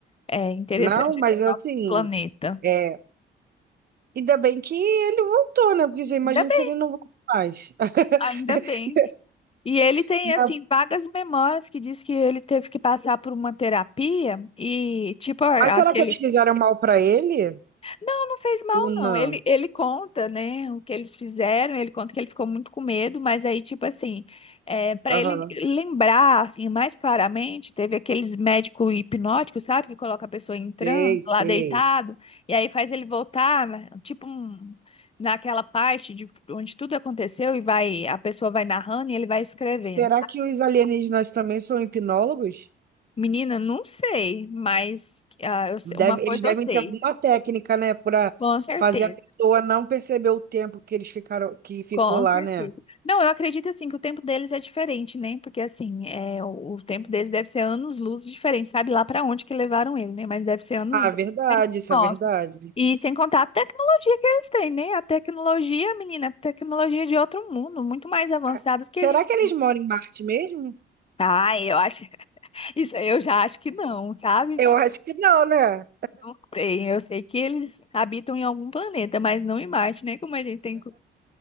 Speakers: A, on the left; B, on the right.
A: é interessante
B: Não, mas
A: o
B: assim,
A: nosso planeta.
B: é, ainda bem que ele voltou, né? Porque você imagina
A: Ainda bem,
B: se ele não voltou mais.
A: ainda
B: <laughs>
A: bem. E ele tem,
B: Não.
A: assim, vagas memórias que diz que ele teve que passar por uma terapia e, tipo, a-
B: Mas será
A: aquele.
B: que eles fizeram mal para ele?
A: Não, não fez mal,
B: Ou não?
A: não. Ele, ele conta, né, o que eles fizeram, ele conta que ele ficou muito com medo, mas aí, tipo assim, é, para
B: Aham,
A: ele lembrar, assim, mais claramente, teve aqueles médicos hipnóticos, sabe, que coloca a pessoa em transe,
B: Sei, sei.
A: lá deitado, e aí faz ele voltar, né, tipo, um. Naquela parte de onde tudo aconteceu e vai, a pessoa vai narrando e ele vai escrevendo.
B: Será que os alienígenas também são hipnólogos?
A: Menina, não sei, mas ah, eu sei-
B: Deve-
A: uma coisa
B: eles devem
A: eu sei,
B: ter alguma técnica, né, para
A: com certeza,
B: fazer a pessoa não perceber o tempo que eles ficaram, que ficou
A: com
B: lá,
A: certeza.
B: né?
A: Não, eu acredito assim que o tempo deles é diferente, né? Porque assim, é, o, o tempo deles deve ser anos-luz diferente, sabe lá pra onde que levaram ele, né? Mas deve ser anos-luz
B: Ah, verdade,
A: diferente do
B: isso é
A: nosso.
B: verdade.
A: E sem contar a tecnologia que eles têm, né? A tecnologia, menina, a tecnologia de outro mundo, muito mais avançada
B: Ah,
A: do
B: será
A: que a gente.
B: que eles moram em Marte mesmo?
A: Ah, eu acho, <laughs> isso aí eu já acho que não, sabe?
B: Eu acho que não, né?
A: Não sei, Eu sei que eles habitam em algum planeta, mas não em Marte, né? Como a gente tem. co-